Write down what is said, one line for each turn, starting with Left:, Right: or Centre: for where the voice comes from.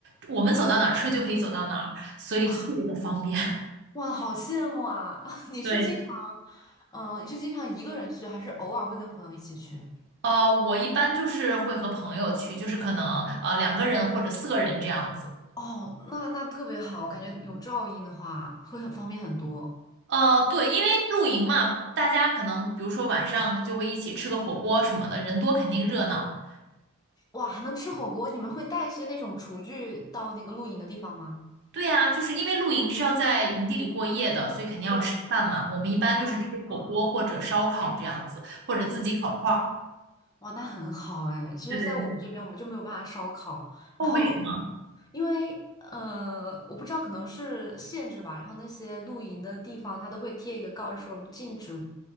Right: 我们走到哪儿车就可以走到哪儿，所以就特别的方便。
Left: 哇，
Right: <laughs>
Left: 哇，好羡慕啊！<laughs> 你是经常，
Right: 对，
Left: 嗯、你是经常一个人去，还是偶尔会跟朋友一起去？
Right: 呃，我一般就是会和朋友去，就是可能呃两个人或者四个人这样子。
Left: 哦，那那特别好，感觉有照应的话会很方便很多。
Right: 呃，对，因为露营嘛，大家可能比如说晚上就会一起吃个火锅什么的，人多肯定热闹。
Left: 哇，还能吃火锅？你们会带一些那种厨具到那个露营的地方吗？
Right: 对呀，就是因为露营是要在营地里过夜的，所以肯定要吃饭嘛。
Left: 对，
Right: 我们一般就是吃火锅或者烧烤这样子，
Left: 啊，啊！
Right: 或者自己烤串儿。
Left: 哇，那很好哎。其实，
Right: 对对对。
Left: 在我们这边，我们就没有办法烧烤。
Right: 哦，
Left: 然后，
Right: 为什么？
Left: 因为呃，我不知道可能是限制吧，然后那些露营的地方，它都会贴一个告示说我们禁止